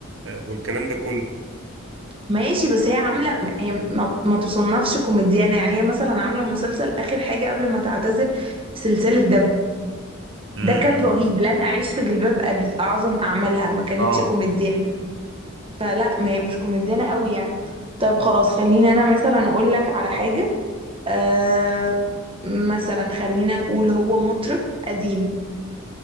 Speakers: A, on the right (about 60°); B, on the right (about 25°).
A: والكلام ده كله
B: ماشي بس هي عاملة هي ما, ما تصنفش كوميديانة يعني هي مثلا عاملة مسلسل آخر حاجة قبل ما تعتزل سلسلة دم
A: مم.
B: ده كان رهيب لن أعيش في جلباب أبي أعظم أعمالها ما كانتش
A: اه
B: كوميديانة فلا ما هي مش كوميديانة قوي يعني طيب خلاص خليني أنا مثلا أقول لك على حاجة آه مثلا خلينا نقول هو مطرب قديم